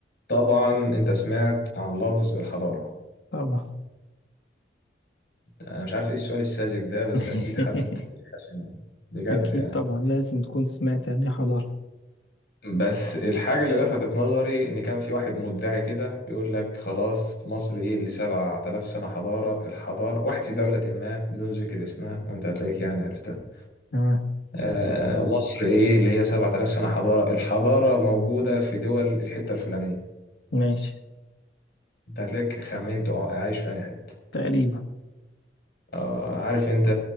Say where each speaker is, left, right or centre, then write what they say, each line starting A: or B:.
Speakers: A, on the left; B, on the left.
A: طبعا انت سمعت عن لفظ الحضارة
B: طبعا
A: انا مش عارف ايه السؤال الساذج ده بس
B: <laughs>
A: اكيد حد فينا سمعه بجد
B: أكيد
A: يعني
B: طبعا لازم تكون سمعت يعني إيه حضارة
A: بس الحاجة اللي لفتت نظري ان كان في واحد مدعي كده بيقول لك خلاص مصر ايه اللي 7000 سنة حضارة الحضارة واحد في دولة ما بدون ذكر اسمها وانت هتلاقيك يعني عرفتها
B: تمام
A: آه مصر ايه اللي هي 7000 سنة حضارة الحضارة موجودة في دول الحتة الفلانية
B: ماشي
A: انت هتلاقيك خمنت اه عايش في انهي حتة
B: تقريبا
A: آه عارف انت